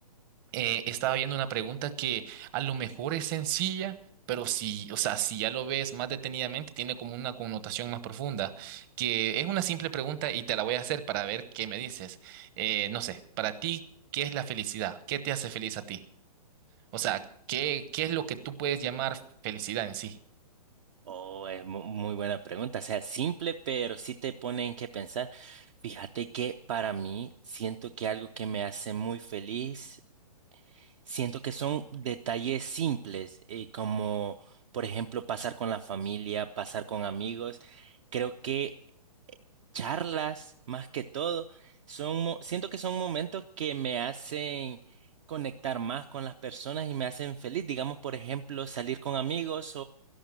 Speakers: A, on the right (about 30°); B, on the right (about 50°).
A: eh, estaba viendo una pregunta que a lo mejor es sencilla, pero si, o sea, si ya lo ves más detenidamente, tiene como una connotación más profunda, que es una simple pregunta y te la voy a hacer para ver qué me dices. Eh, no sé, para ti, ¿qué es la felicidad? ¿Qué te hace feliz a ti? O sea, ¿qué, qué es lo que tú puedes llamar felicidad en sí?
B: Oh, es mu- muy buena pregunta. O sea, simple, pero sí te pone en qué pensar. Fíjate que para mí siento que algo que me hace muy feliz, siento que son detalles simples, eh, como por ejemplo pasar con la familia, pasar con amigos. Creo que charlas, más que todo, son, mo- siento que son momentos que me hacen conectar más con las personas y me hacen feliz. Digamos, por ejemplo, salir con amigos